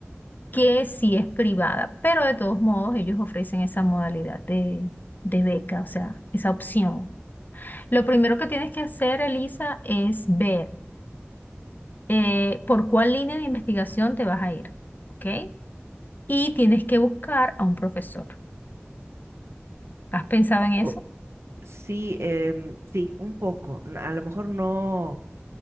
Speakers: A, on the left (about 45°); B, on the right (about 75°).
A: que sí es privada, pero de todos modos ellos ofrecen esa modalidad de, de beca, o sea, esa opción. Lo primero que tienes que hacer, Elisa, es ver eh, por cuál línea de investigación te vas a ir, ¿ok? Y tienes que buscar a un profesor. ¿Has pensado en eso?
B: o- sí, em, sí, un poco. A lo mejor no.